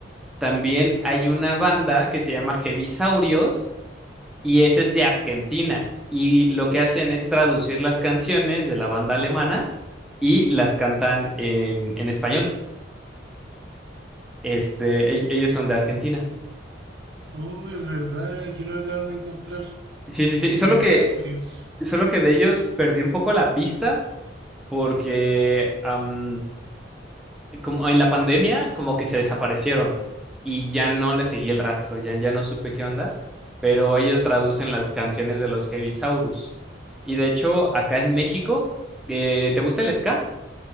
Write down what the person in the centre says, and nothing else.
También hay una banda que se llama Heavisaurios y ese es de Argentina. Y lo que hacen es traducir las canciones de la banda alemana y las cantan en, en español. Este, ell- ellos son de Argentina.
Sí, sí, sí.
Solo que, solo que de ellos perdí un poco la pista porque am, como en la pandemia como que se desaparecieron y ya no le seguí el rastro, ya, ya no supe qué onda. pero ellos traducen las canciones de los Heavisaurus. Y de hecho, acá en México, eh, ¿te gusta el ska?